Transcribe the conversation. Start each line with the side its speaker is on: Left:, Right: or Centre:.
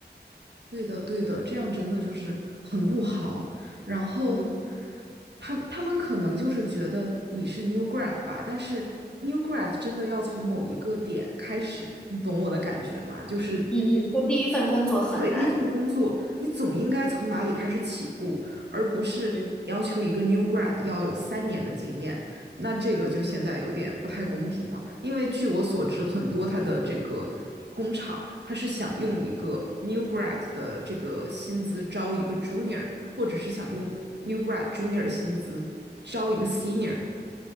Right: 对的，对的，这样真的就是很不好。然后，
Centre: 嗯
Right: 他他们可能就是觉得你是 new grad 吧，但是 new grad 真的要从某一个点开始，你懂我的感觉吗？就是
Centre: 嗯嗯就第一份工作很难。
Right: 对，第一份工作，你总应该从哪里开始起步，而不是要求一个
Centre: 嗯。
Right: new grad 要有三年的经验。那这个就现在有点不太公平了，因为据我所知，很多他的这个工厂，他是想用一个 new grad 的这个薪资招一个 junior，或者是想用 new grad junior 的薪资招一个 senior。